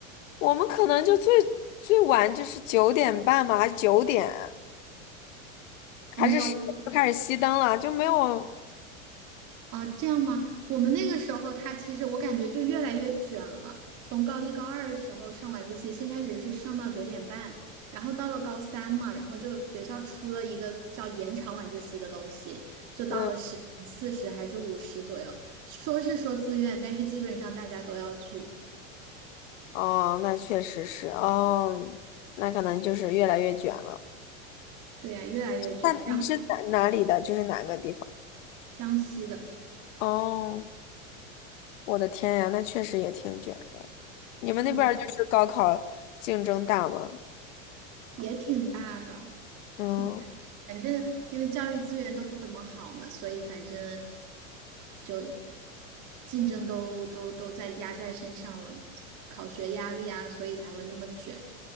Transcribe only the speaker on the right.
没有。
啊，这样吗？我们那个时候，他其实我感觉就越来越卷了。从高一、高二的时候上晚自习，先开始是上到九点半，然后到了高三嘛，然后就学校出了一个叫延长晚自习的东西，就到了十点四十还是五十左右。
说是说自愿，但是基本上大家都要去。
对呀，越来越卷。
然后
江西的，
对也挺大的，
挺大。反正因为教育资源都不怎么好嘛，所以反正就竞争都都都在压在身上了，考学压力啊，所以才会那么卷，